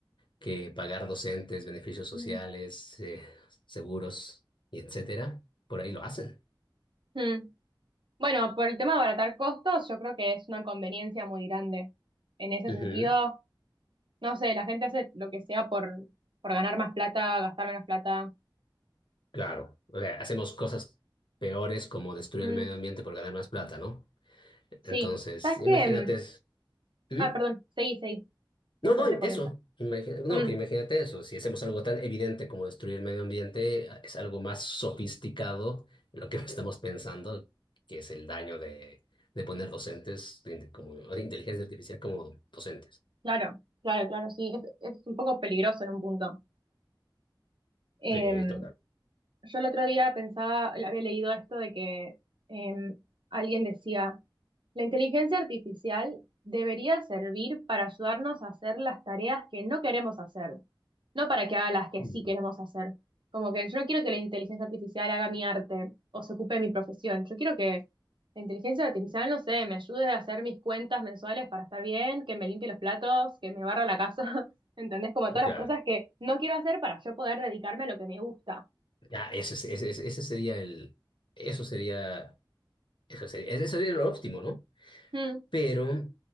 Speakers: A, on the left; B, on the right.
A: que pagar docentes, beneficios sociales,
B: mm,
A: eh, seguros y etcétera. Por ahí lo hacen.
B: mm. Bueno, por el tema de abaratar costos, yo creo que es una conveniencia muy grande. En ese
A: Ujú,
B: sentido, no sé, la gente hace lo que sea por, por ganar más plata, gastar menos plata.
A: Claro. O sea, hacemos cosas peores como destruir
B: Mm,
A: el medio ambiente por ganar más plata, ¿no?
B: sí.
A: Entonces,
B: ¿Sabes
A: imagínate
B: qué? Mm,
A: ¿Mm?
B: Ah, perdón, seguí, seguí. Después
A: No, no,
B: te comento.
A: eso. Imagina- no,
B: Mm,
A: que imagínate eso. Si hacemos algo tan evidente como destruir el medio ambiente, es algo más sofisticado lo que <laughs> estamos pensando, que es el daño de, de poner docentes de, inte- como, o de inteligencia artificial como docentes.
B: claro, claro, claro, sí. Es, es un poco peligroso en un punto. Em,
A: Sí, total.
B: Yo el otro día pensaba, había leído esto de que em, alguien decía, la inteligencia artificial debería servir para ayudarnos a hacer las tareas que no queremos hacer, no para que haga las que
A: Mm.
B: sí queremos hacer. Como que yo no quiero que la inteligencia artificial haga mi arte o se ocupe de mi profesión. Yo quiero que la inteligencia artificial, no sé, me ayude a hacer mis cuentas mensuales para estar bien, que me limpie los platos, que me barra la casa. <laughs> ¿Entendés? Como todas
A: Claro.
B: las cosas que no quiero hacer para yo poder dedicarme a lo que me gusta.
A: Ya, ese, es- ese, es- ese sería el. Eso sería. Eso sería, eso sería lo óptimo, ¿no?
B: Mm.
A: Pero,